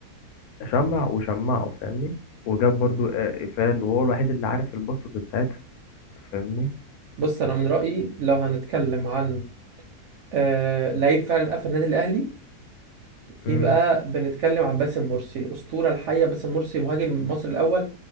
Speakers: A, on the left; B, on the right.
A: شمع وشمعه فاهمني وجاب برضو آه، قفال وهو الوحيد اللي عارف الباسورد بتاعتها فاهمني
B: بص انا من رايي لو هنتكلم عن آه لعيب فعلا قفل النادي الاهلي يبقى
A: امم
B: بنتكلم عن باسم مرسي الاسطوره الحيه باسم مرسي مهاجم مصر الاول